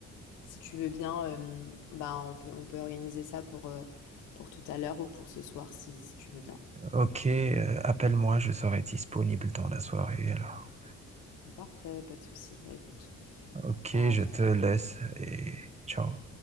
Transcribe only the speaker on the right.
Ok, euh, appelle-moi, je serai disponible dans la soirée alors.
Ok,
je
te
laisse
et ciao.